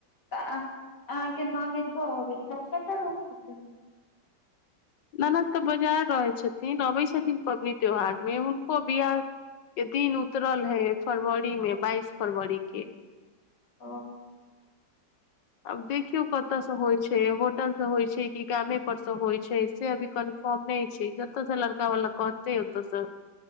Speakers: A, on the left; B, on the left.
A: तऽ अहाँके ननेदो अबै कत रहे छथिन
B: ननद तऽ बजार रहै छथिन अबै छथिन पबनि त्योहार मे हुनको बियाह के दिन उतरल हय फरवरी मे बाइस फरवरी के
A: ओ
B: अब देखियौ कतऽ स होइ छै होटल स होइ छै कि गामे पर से होइ छै से अभी कन्फर्म नहि छै जतय से लड़ का वला कहते ओतऽ स